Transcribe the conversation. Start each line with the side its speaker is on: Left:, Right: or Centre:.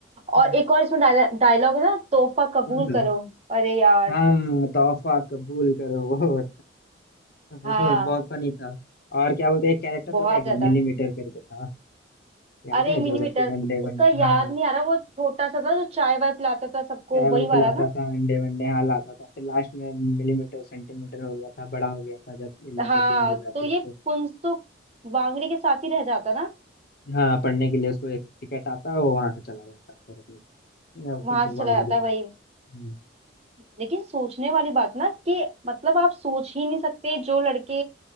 Left: हम्म,
Right: और एक और इसमें डायलॉग है ना तोहफा कबूल
Left: कौन सा
Right: करो अरे यार
Left: हाँ तोहफा कबूल करो वो वो
Right: हाँ
Left: बहुत फनी था और क्या बोलते हैं, एक कैरेक्टर तो
Right: बहुत
Left: रह गया
Right: ज्यादा
Left: मिलीमीटर करके था याद
Right: अरे
Left: है
Right: मिनीमीटर
Left: जो सबके अंडे
Right: उसका
Left: वनडे
Right: याद
Left: हाँ
Right: नहीं आ रहा वो छोटा सा था जो चाय वाय पिलाता था सबको
Left: चाय वाय
Right: वही वाला
Left: पिलाता
Right: ना
Left: था अंडे वनडे हाँ लाता था फिर लास्ट में मिलीमीटर सेंटीमीटर हो गया था बड़ा हो गया था जब इन लोग
Right: हाँ
Left: सब ढूंढने जाते
Right: तो ये
Left: उसको
Right: फुनसुक वांगड़ी के साथ ही रह जाता ना
Left: हाँ पढ़ने के लिए उसको एक टिकट आता वो वहां से चला जाता फिर अपने अ,
Right: वहां
Left: फुनसुक
Right: से चला
Left: वांगड़ू
Right: जाता
Left: के पास
Right: है वही
Left: हम्म,
Right: लेकिन सोचने वाली बात ना कि मतलब आप सोच ही नहीं सकते जो लड़के